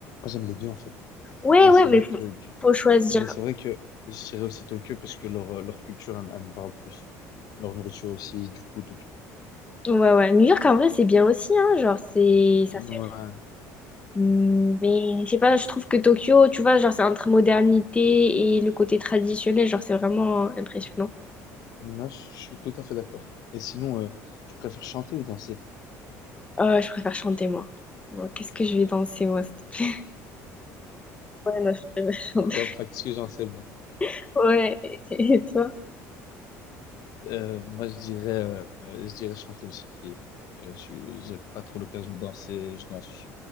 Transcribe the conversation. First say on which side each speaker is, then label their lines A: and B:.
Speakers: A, on the left (about 65°); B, on the left (about 15°).
A: J'aime les deux, en fait.
B: Ouais,
A: Mais
B: ouais,
A: c'est
B: mais
A: vrai
B: faut,
A: que, que-
B: faut choisir.
A: Mais c'est vrai que je dirais aussi Tokyo parce que leur, euh, leur culture, elle, elle me parle plus. Leur nourriture aussi, du coup, Tokyo.
B: Ouais, ouais. New York, en vrai, c'est bien aussi, hein. Genre, c'est,
A: Ouais.
B: ça fait Mm, Mais je sais pas, je trouve que Tokyo, tu vois, genre c'est entre modernité et le côté traditionnel, genre c'est vraiment impressionnant.
A: Là, je, je suis tout à fait d'accord. Et sinon, euh, tu préfères chanter ou danser?
B: Euh, je préfère chanter moi. Moi, Qu'est-ce que je vais danser moi? s'il te plaît Ouais, non, je préfère chanter.
A: Pourquoi? Parce que j'en sais
B: <laughs> Ouais, et toi?
A: Euh, moi, je dirais, euh, je dirais chanter aussi. Euh, je suis, j'ai pas trop l'occasion de danser. Je danse